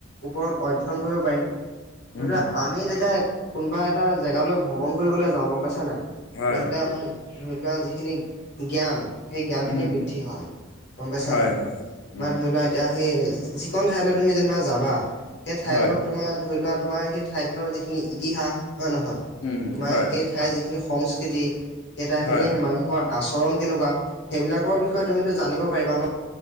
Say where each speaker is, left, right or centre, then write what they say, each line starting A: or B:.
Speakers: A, on the left; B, on the left.
A: ওপৰত অধ্যয়ন কৰিব পাৰিম। সেইটো
B: উম
A: আমি যেতিয়া কোনোবা এটা জেগালৈ ভ্ৰমণ কৰিবলৈ যাওঁ গম পাইছা নাই
B: হয়
A: তেনেহ'লে আমাৰ ধৰি লোৱা যিখিনি জ্ঞান সেই জ্ঞানখিনি
B: উম
A: বৃ- হয় গম পাইছা
B: হয়
A: নাই
B: হয়
A: মান
B: উম
A: ধ- লোৱা এতিয়া সেই যিখন ঠাইলৈ তুমি যেনিবা যাবা সেই ঠাইখনত
B: হয়
A: তোমাৰ ধৰি লোৱা তোমাৰ সেই ঠাইখনৰ যিখিনি ইতিহাস হয় নহয়
B: উম
A: তোমাৰ
B: হয়
A: সেই ঠাইৰ যি সংস্কৃতি কেইটাখিনি
B: হয়
A: মানুহৰ আচৰণ কেনেকুৱা সেইবিলাকৰ বিষ- ষয়ে তুমি তো জানিব পাৰিবা ন।